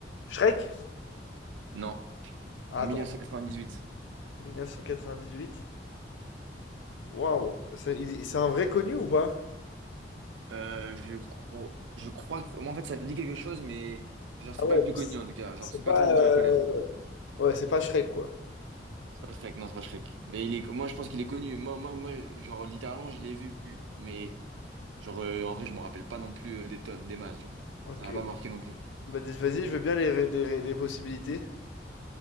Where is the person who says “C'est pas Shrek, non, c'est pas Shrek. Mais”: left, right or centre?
Right